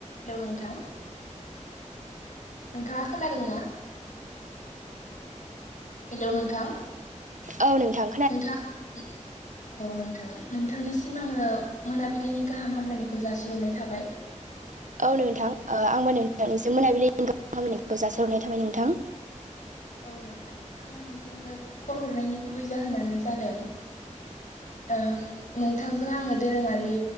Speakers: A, on the left; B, on the right.
A: हेलौ नोंथां नोंथाङा खोनादों ना हेलौ नोंथां
B: औ औ नोंथां
A: नोंथां <unintelligible> औ नोंथां नोंथांनिसिम आङो मोनाबिलिनि गाहाम हामलायनायखौ जासिहरनाय थाबाय।
B: औ नोंथां आंबो नोंथांनिसिम मोनाबिलि गाहाम हामलायनायखौ जासिहरनाय थाबाय नोंथां।
A: औ नोंथां आङो नोंथांनो कल हरनायनि गुबै जाहोनानो जादों ओ नोंथांजों आङो दोरोङारि